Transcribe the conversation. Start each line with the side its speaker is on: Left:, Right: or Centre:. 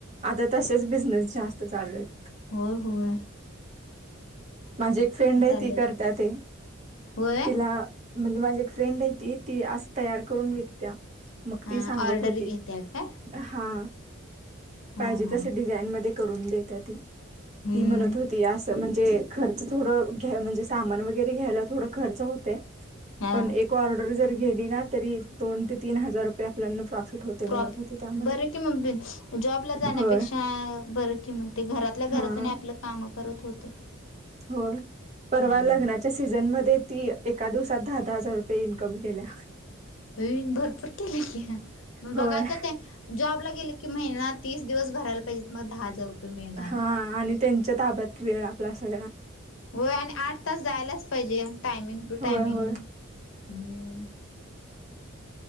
Right: आता तसेच बिझनेस जास्त चालू आहेत.
Left: हो हो आहे.
Right: माझी एक फ्रेंड आहे
Left: आले
Right: ती
Left: आता
Right: करता ते
Left: होय
Right: तिला म्हणजे माझी एक फ्रेंड आहे ती ती असं तयार करून विकत्या. मग
Left: हा
Right: ती सांगत
Left: ऑर्डर
Right: होती.
Left: घेत्या काय
Right: हा पाहिजे
Left: हा हा
Right: तस डिझाईन मध्ये करून देत ती
Left: हम्म
Right: ती म्हणत होती असं म्हणजे खर्च थोडं घ्या म्हणजे सामान वगैरे घ्यायला थोड खर्च होते
Left: हा
Right: पण एक ऑर्डर जर गेली ना तरी दोन ते तीन हजार रुपये आपल्याना प्रॉफिट होते
Left: प्रॉप
Right: म्हणत होते. त्यामध्ये
Left: बरं की मग ब जॉबला जाण्यापेक्षा
Right: होय
Left: बर की मग ते घरातल्या घरात
Right: हा
Left: नाही आपलं. काम करत होते.
Right: हो परवा
Left: हा.
Right: लग्ना च्या सीझनमध्येध्ये ती एका दिवसात दहा दहा हजार रुपये इन्कम केल्या.
Left: भरपूर केले कि मग
Right: होय
Left: बघाता ते जॉबला गेले की महिना तीस दिवस भरायला पाहिजेते मग दहा हजार रुपये मिळणार.
Right: हा आणि त्यांच्या ताब्यात वेळ आपला सगळा
Left: होय आणि आठ तास जायलाच पाहिजे टायमिंग टू
Right: होय
Left: टायमिंग
Right: होय
Left: हम्म